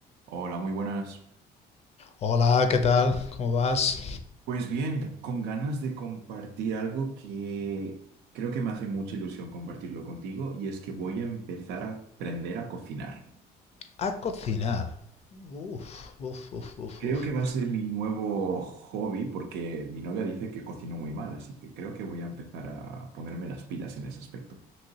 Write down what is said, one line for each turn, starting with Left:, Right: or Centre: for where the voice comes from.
Right: Hola, muy buenas.
Left: Hola, ¿qué tal? ¿Cómo vas?
Right: Pues bien, con ganas de compartir algo que creo que me hace mucha ilusión compartirlo contigo y es que voy a empezar a aprender a cocinar.
Left: A cocinar. Uf, uf, uf, uf,
Right: Creo
Left: uf.
Right: que va a ser mi nuevo hobby porque mi novia dice que cocino muy mal, así que creo que voy a empezar a ponerme las pilas en ese aspecto.